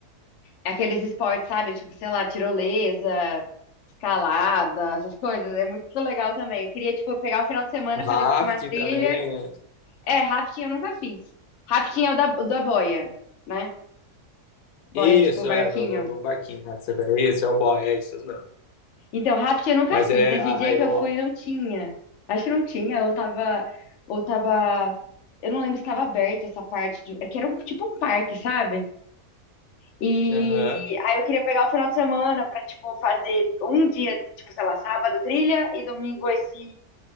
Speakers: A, on the left; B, on the left.
A: aqueles esportes, sabe? Tipo, sei lá, tirolesa, escalada, essas coisas. É muito legal também. Eu queria, tipo, pegar o final de semana,
B: Raft
A: fazer, tipo, uma trilha.
B: também. é-
A: É, rafting eu nunca fiz. Rafting é o da, o da boia, né? Boia,
B: Isso,
A: tipo, barquinho.
B: é, do, do, do barquinho lá que você vê. Esse é o boy, é isso, não.
A: Então, rafting eu nunca
B: Mas
A: fiz.
B: é.
A: Nesse
B: Aí,
A: dia que
B: ó.
A: eu fui, não tinha. Acho que não tinha, ou tava, ou tava, eu não lembro se tava aberta essa parte de, é que era um, tipo um parque, sabe? E
B: Aham,
A: aí eu queria pegar o final de semana pra, tipo, fazer um dia, tipo, sei lá, sábado trilha e domingo esse,